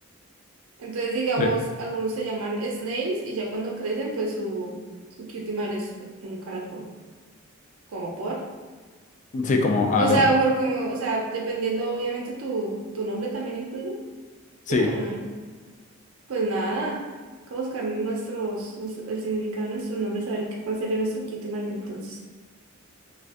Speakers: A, on the right; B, on the left.
A: Entonces, digamos,
B: Le-
A: algunos se llaman snails y ya cuando crecen, pues su, su cutie mark es un caracol. Como por.
B: Sí, como, ¿aló?
A: O sea, porque, o sea, dependiendo, obviamente, tu, tu nombre también influye.
B: Sí,
A: Hmm. Pues nada, toca buscar nuestros, nos- el significado de nuestro nombre, saber qué- cuál sería nuestro kit marca entonces.